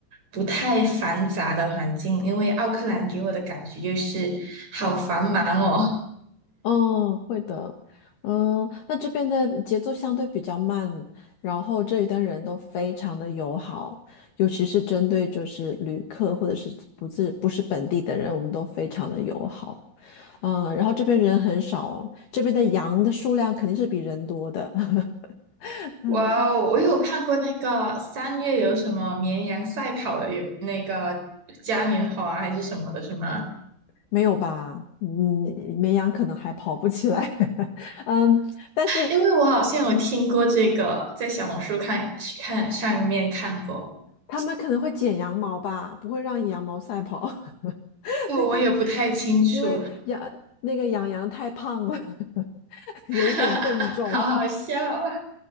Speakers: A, on the right (about 35°); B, on the left (about 60°).
A: 不太繁杂的环境，因为奥克兰给我的感觉就是好繁忙哦。
B: 嗯，会的。嗯，那这边的节奏相对比较慢，然后这里的人都非常的友好，尤其是针对就是旅客或者是不是不是本地的人，我们都非常的友好。嗯，然后这边人很少哦这边的羊的数量肯定是比人多的。<laughs>
A: <laughs>
B: 嗯，
A: 哇哦，
B: 它
A: 我有看过那个三月有什么绵羊赛跑的有那个嘉年华还是什么的，是吗？
B: 没有吧？嗯，绵羊可能还跑不起来。<laughs> 嗯，但是
A: 因为我好像有听过这个，在小红书看看上面看过，
B: 他们可能会剪羊毛吧，不会让羊毛赛跑。<laughs> <laughs>
A: 不过我也不太清楚，
B: 对他，因为杨那个杨羊太胖了，<laughs> 有一点笨重。
A: <laughs> 好好笑啊，